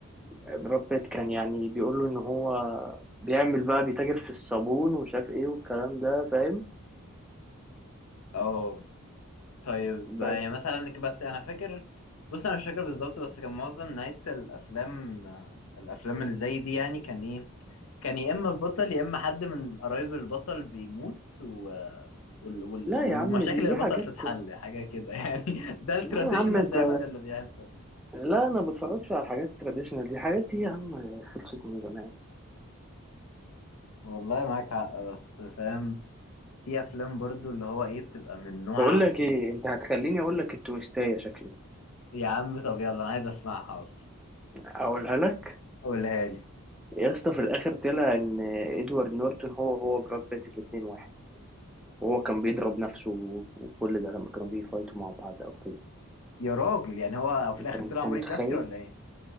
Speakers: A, in the centre; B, on the left.
A: آه، براد بيت كان يعني بيقول له ان هو بيعمل بقى بيتاجر في الصابون ومش عارف ايه والكلام ده فاهم
B: اه طيب
A: بس
B: آه، يعني مثلا ك- بس انا فاكر بص انا مش فاكر بالظبط بس كان معظم نهايه الافلام آه، الافلام اللي زي دي يعني كان ايه كان يا اما البطل يا اما حد من قرايب البطل بيموت و... وال... وال...
A: لا
B: ومشاكل
A: يا عم دي دي
B: البطل
A: حاجات
B: تتحل حاجه كده يعني <laughs> ده التراديشنال
A: لا يا عم انت
B: دايما اللي بيحصل
A: لا انا بتفرجش على الحاجات التراديشنال دي حاجات دي يا عم خلصت من زمان
B: والله معاك حق بس فاهم في افلام برضو اللي هو ايه بتبقى من نوع
A: بقول لك ايه انت هتخليني اقول لك التويستايه شكلي
B: يا عم طب يلا انا عايز اسمعها اصلا
A: اقولها لك
B: قولها لي
A: يا اسطى في الاخر طلع ان ادوارد نورتون هو هو براد بيت الاتنين واحد وهو كان بيضرب نفسه و- وكل ده لما كانوا بيفايتوا مع بعض او كده
B: يا راجل يعني هو في
A: انت
B: الاخر
A: انت
B: طلع مريض
A: متخيل
B: نفسي ولا ايه